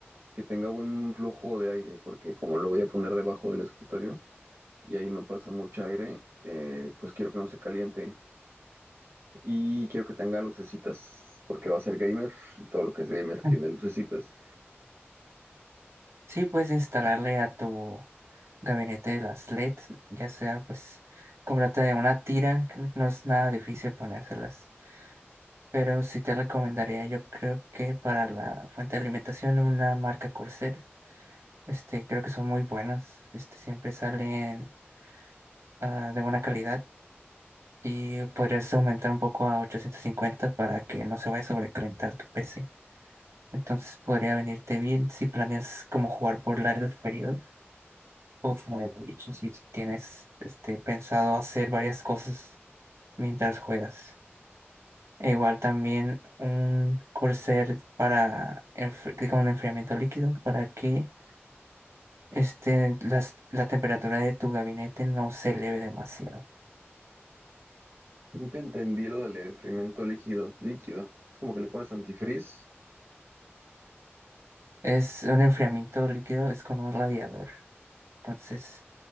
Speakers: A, on the right (about 65°); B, on the right (about 90°).
A: que tenga buen flujo de aire, porque como lo voy a poner debajo del escritorio y ahí no pasa mucho aire, eh, pues quiero que no se caliente y quiero que tenga lucecitas, porque va a ser gamer y todo lo que es gamer tiene
B: Mm.
A: lucecitas.
B: Sí, puedes instalarle a tu gabinete las LEDs, ya sea pues cómprate una tira, que no es nada difícil ponérselas. Pero sí te recomendaría, yo creo que para la fuente de alimentación una marca Corsair. Este, creo que son muy buenas. Este, siempre salen ah, de buena calidad. Y podrías aumentar un poco a 850 para que no se vaya a sobrecalentar tu PC. Entonces podría venirte bien si planeas como jugar por largos periodos. O como ya te he dicho, si tienes este, pensado hacer varias cosas mientras juegas. E igual también un Corsair para enfri- con enfriamiento líquido para que Este, las- la temperatura de tu gabinete no se eleve demasiado.
A: Nunca entendí lo del enfriamiento líquido, líquido. Es como que le pones antifreeze.
B: Es un enfriamiento líquido, es con un radiador. Entonces,